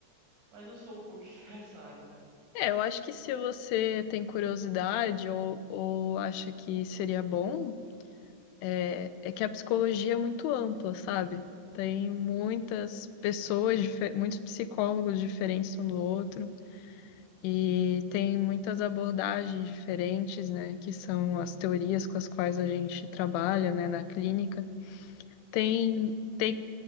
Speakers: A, on the right (about 65°); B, on the left (about 90°).
A: Mas eu sou um pouco <laughs> estressado.
B: É, eu acho que se você tem curiosidade ou, ou acha que seria bom, É, é que a psicologia é muito ampla, sabe? Tem muitas pessoas, dife- muitos psicólogos diferentes um do outro, e tem muitas abordagens diferentes, né? Que são as teorias com as quais a gente trabalha, né, na clínica. Tem, tem,